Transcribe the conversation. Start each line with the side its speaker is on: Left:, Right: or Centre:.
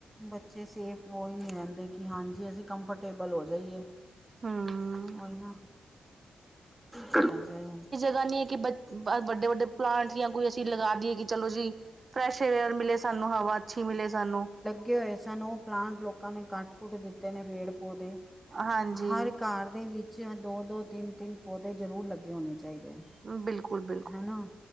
Centre: ਬੱਚੇ ਸੇਫ ਹੋ ਹੀ ਨਹੀਂ ਰਹਿੰਦੇ, ਕਿ ਹਾਂਜੀ ਅਸੀਂ ਕੰਫਰਟੇਬਲ ਹੋ ਜਾਈਏ।
Right: ਹੂੰ।
Centre: ਉਹੀ ਨਾ, ਜਿੰਨਾ ਚਾਹੇ
Right: ਏਦਾ ਕਿ ਬ-ਬ ਵੱਡੇ-ਵੱਡੇ ਪਲਾਂਟ ਜਾਂ ਕੋਈ ਅਸੀਂ ਲਗਾ ਦੀਏ ਕਿ ਚਲੋ ਜੀ ਅ। ਫਰੈਸ਼ ਏਅਰ ਮਿਲੇ ਸਾਨੂੰ ਹਵਾ ਅੱਛੀ ਮਿਲੇ ਸਾਨੂੰ।
Centre: ਉਗੇ ਹੋਏ ਸਨ ਉਹ ਪਲਾਂਟ ਲੋਕਾਂ ਨੇ ਕੱਟ ਕੁੱਟ ਦਿੱਤੇ ਨੇ ਪੇਡ ਪੌਦੇ।
Right: ਹਾਂਜੀ
Centre: ਹਰ ਘਰ ਦੇ ਵਿਚ ਦੋ- ਦੋ, ਤਿੰਨ- ਤਿੰਨ ਪੌਦੇ ਜ਼ਰੂਰ ਲੱਗੇ ਹੋਣੇ ਚਾਹੀਦੇ ਹੈ।
Right: ਬਿਲਕੁਲ- ਬਿਲਕੁਲ-
Centre: ਹੈਨਾ,